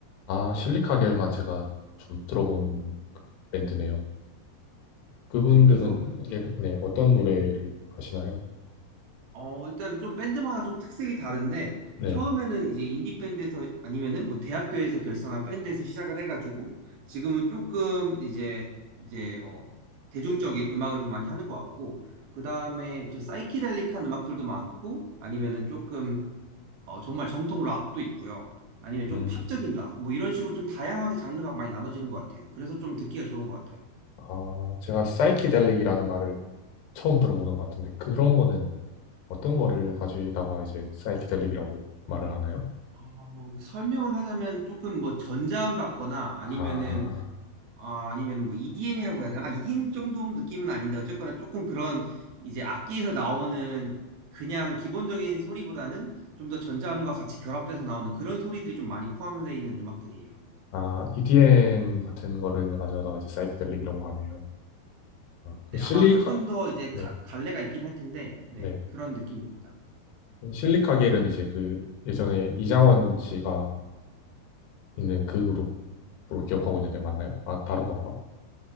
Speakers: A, on the left (about 90°); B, on the right (about 65°).
A: 아, 실리카겔만 제가 좀 들어본 밴드네요. 그분들은
B: 네. 그래서 좀,
A: 예를, 네, 어떤
B: 네.
A: 노래를 하시나요?
B: 어, 일단 좀 밴드마다 좀 특색이 다른데,
A: 네.
B: 처음에는 이제 인디 밴드에서 아니면은 뭐 대학교에서 결성한 밴드에서 시작을 해가지고, 지금은 조금 이제, 이제, 어, 대중적인 음악을 좀 많이 하는 것 같고, 그 다음에 좀 사이키델릭한 음악들도 많고, 아니면은 조금, 어, 정말 정통 락도 있고요. 아니면 조금
A: 음,
B: 팝적인 락, 뭐 이런 식으로 좀 다양하게 장르가 많이 나눠지는 것 같아요. 그래서 좀 듣기가 좋은 것 같아요.
A: 아, 제가 사이키델릭이라는 말을 처음 들어보는 것 같은데 그런 거는 어떤 거를 가지다가 이제 사이키델릭이라고 말을 하나요?
B: 어, 뭐 설명을 하자면 조금 뭐 전자음 같거나 아니면은
A: 아,
B: 아, 아니면 뭐 EDM이라고 해야 되나? 아, EDM 정도 느낌은 아닌데 어쨌거나 조금 그런 이제 악기에서 나오는 그냥 기본적인 소리보다는 좀 더 전자음과 같이 결합돼서 나오는 그런 소리들이 좀 많이 포함되어 있는 음악들이에요.
A: 아, EDM 같은 거를 가져다가 이제 사이키델릭이라고 하네요. 아,
B: 네,
A: 그 실리카,
B: 아마 조금 더 이제
A: 네,
B: 가- 갈래가 있긴 할 텐데, 네,
A: 네.
B: 그런 느낌입니다.
A: 이 실리카겔은 이제 그 예전에 이장원 씨가 있는 그 그룹으로 기억하고 있는데 맞나요? 아, 다른 건가?